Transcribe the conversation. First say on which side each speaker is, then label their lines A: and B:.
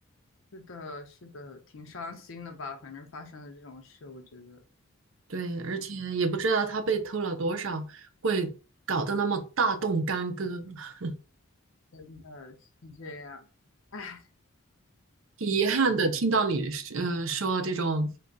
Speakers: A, on the left; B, on the right.
A: 是的，是的，挺伤心的吧。反正发生了这种事，我觉得
B: 对，而且也不知道他被偷了多少，会搞得那么大动干戈。<laughs>
A: 真的是这样。唉，
B: 挺遗憾的，听到你呃说这种，